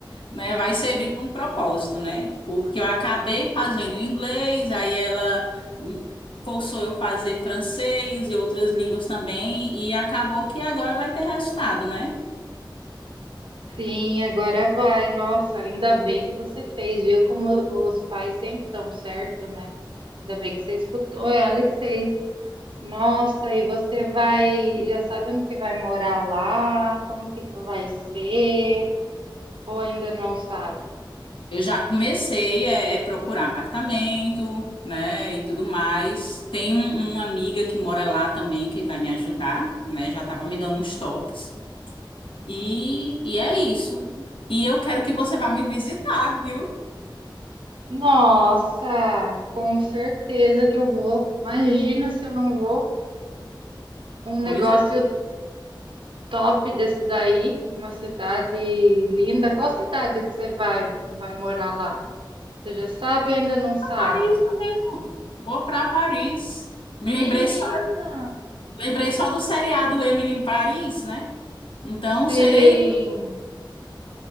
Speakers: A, on the left; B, on the right.
A: né, vai servir para um propósito, né? Porque eu acabei fazendo inglês, aí ela hum, forçou eu fazer francês e outras línguas também e acabou que agora vai ter resultado, né?
B: Sim, agora vai. Nossa, ainda bem que você fez, viu? Como os pais sempre estão certo, né? Ainda bem que você escutou ela e fez. Nossa, e você vai, já sabe onde que vai morar lá? Como que vai ser? Ou ainda não sabe?
A: Eu já comecei é, é procurar apartamento, né, e tudo mais. Tem um- uma amiga que mora lá também que vai me ajudar, né? Já estava me dando uns toques. E, e é isso. E eu quero que você vá me visitar, viu?
B: Nossa, com certeza que eu vou. Imagina se eu não vou. Um
A: Pois
B: negócio
A: é,
B: top desse daí, uma cidade linda. Qual cidade que você vai, vai morar lá? Você já sabe ou ainda não sabe?
A: Paris mesmo. Vou para Paris. Me lembrei
B: Menina,
A: só, lembrei só do seriado Emily em Paris, né? Então
B: sim.
A: serei